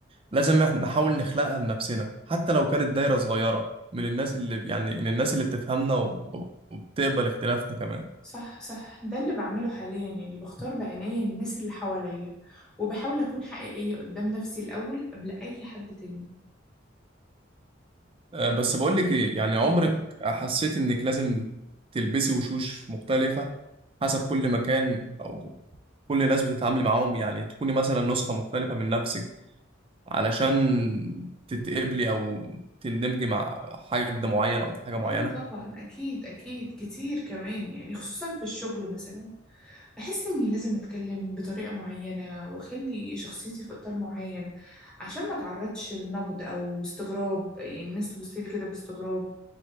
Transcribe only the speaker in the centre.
صح صح ده اللي بعمله حاليا يعني بختار بعناية الناس اللي حواليا وبحاول اكون حقيقيه قدام نفسي الاول قبل اي حد تاني
ايه
اه طبعا اكيد اكيد كتير كمان يعني خصوصا في الشغل مثلا بحس إني لازم أتكلم بطريقة معينة وأخلي شخصيتي في إطار معين عشان ما أتعرضش لنقد أو استغراب يعني الناس تبصلي كده باستغراب